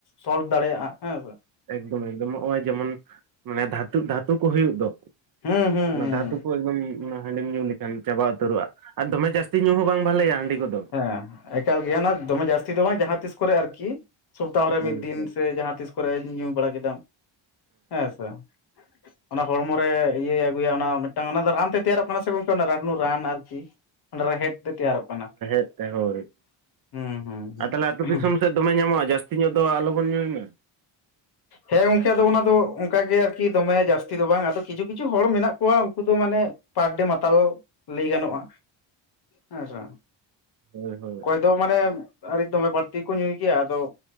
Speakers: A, on the left; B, on the right.
A: ᱥᱚᱞᱵᱷ ᱫᱟᱲᱮᱭᱟᱜᱼᱟ ᱦᱮᱸᱥᱮ
B: ᱮᱠᱫᱚᱢ - ᱮᱠᱫᱚᱢ ᱱᱚᱜ ᱚᱚᱭ ᱡᱮᱢᱚᱱ ᱢᱟᱱᱮ ᱫᱷᱟᱹᱛᱩ - ᱫᱷᱟᱹᱛᱩ ᱠᱚ ᱦᱩᱭᱩᱜ ᱫᱚ
A: ᱦᱩᱸ ᱦᱩᱸ
B: ᱚᱱᱟ
A: ᱦᱩᱸ
B: ᱫᱷᱟᱛᱩ ᱠᱚᱭ ᱩᱸ ᱚᱱᱟ ᱦᱟᱺᱰᱤᱢ ᱧᱩ ᱞᱮᱠᱷᱟᱱ ᱪᱟᱵᱟ ᱩᱛᱟᱹᱨᱚᱜᱼᱟ ᱟᱨ ᱫᱚᱢᱮ ᱡᱟᱹᱥᱛᱤ ᱧᱩ ᱦᱚᱸ ᱵᱟᱝ ᱵᱷᱟᱞᱮᱭᱟ ᱦᱟᱺᱰᱤ ᱠᱚᱫᱚ
A: ᱦᱮᱸ ᱮᱠᱟᱞ ᱜᱮᱭ ᱚᱱᱟ ᱫᱚᱢᱮ ᱡᱟᱹᱥᱛᱤ ᱫᱚ ᱵᱟᱝ ᱡᱟᱦᱟᱸ ᱛᱤᱥ ᱠᱚᱨᱮ ᱟᱨᱠᱤ ᱥᱚᱯᱛᱟᱦᱚ ᱨᱮ
B: ᱦᱳᱭ
A: ᱢᱤᱫ ᱫᱤᱱ
B: ᱦᱳᱭ
A: ᱥᱮ ᱡᱟᱦᱟᱸ ᱛᱤᱥ ᱠᱚᱨᱮᱧ ᱧᱩ ᱵᱟᱲᱟ ᱠᱮᱫᱟᱢ, ᱦᱮᱸ ᱥᱮ ᱚᱱᱟ ᱦᱚᱲᱢᱚ ᱨᱮ ᱤᱭᱟᱹᱭ ᱟᱹᱜᱩᱭᱟ ᱚᱱᱟ ᱢᱤᱫᱴᱟᱝ ᱚᱱᱟ ᱫᱚ ᱨᱟᱱ ᱛᱮ ᱛᱮᱭᱟᱨᱚᱜ ᱠᱟᱱᱟ ᱥᱮ ᱜᱚᱝᱠᱮ ᱚᱱᱟ ᱨᱟᱱᱩ ᱨᱟᱱ ᱟᱨᱠᱤ ᱚᱸ ᱨᱮᱦᱮᱫ ᱛᱮ ᱛᱮᱭᱟᱨᱚᱜ ᱠᱟᱱᱟ
B: ᱮ ᱦᱳᱭ,
A: ᱦᱩᱸ ᱦᱩᱸ ᱦᱩᱸ
B: ᱟᱨ ᱛᱟᱦᱞᱮ ᱟᱹᱛᱩ ᱫᱤᱥᱚᱢ ᱥᱮᱫ ᱫᱚᱢᱮ ᱧᱟᱢᱚᱜᱼᱟ ᱡᱟᱹᱥᱛᱤ ᱧᱚᱜ ᱫᱚ ᱟᱞᱚᱵᱚᱱ ᱧᱩᱭ ᱢᱟ
A: ᱦᱮᱸ ᱜᱚᱝᱠᱮ ᱟᱫᱚ ᱚᱱᱟ ᱫᱚ ᱚᱱᱠᱟ ᱜᱮ ᱟᱨᱠᱤ ᱫᱚᱢᱮ ᱡᱟᱹᱥᱛᱤ ᱫᱚ ᱵᱟᱝ ᱟᱫᱚ ᱠᱤᱪᱷᱩ - ᱠᱤᱪᱷᱩ ᱦᱚᱲ ᱢᱮᱱᱟᱜ ᱠᱚᱣᱟ ᱩᱱᱠᱩ ᱫᱚ ᱢᱟᱱᱮᱜ ᱯᱟᱨᱰᱮ ᱢᱟᱛᱟᱞ ᱞᱟᱹᱭ ᱜᱟᱱᱚᱜᱼᱟ, ᱦᱮᱸᱥᱮ
B: ᱦᱳᱭ - ᱦᱳᱭ
A: ᱫᱚ ᱢᱟᱱᱮᱜ ᱟᱰᱤ ᱫᱚᱢᱮ ᱵᱟᱹᱲᱛᱤ ᱠᱚ ᱧᱩᱭ ᱜᱮᱭᱟ ᱟᱫᱚ